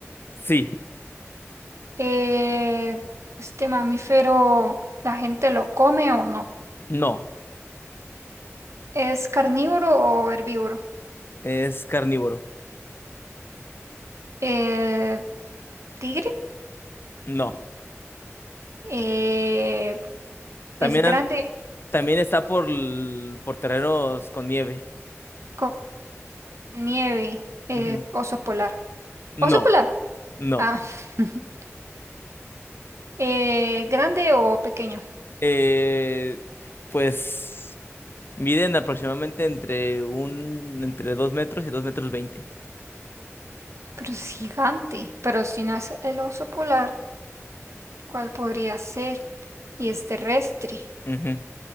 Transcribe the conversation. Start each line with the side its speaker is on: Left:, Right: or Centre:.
Left: Sí.
Right: Eh, ¿este mamífero la gente lo come o no?
Left: No,
Right: ¿Es carnívoro o herbívoro?
Left: es carnívoro.
Right: Eh, ¿tigre?
Left: No.
Right: Eh,
Left: También,
Right: ¿es grande
Left: an- también está por, l- por terrenos con nieve.
Right: con nieve? Eh,
Left: Ujú.
Right: ¿oso polar?
Left: No,
Right: ¿Oso polar?
Left: no.
Right: Ah. <laughs> Eh, ¿grande o pequeño?
Left: Eh, pues miden aproximadamente entre un, entre dos metros y dos metros veinte.
Right: Pero es gigante. Pero si no es el oso polar, ¿cuál podría ser? Y es terrestre.
Left: Ujú.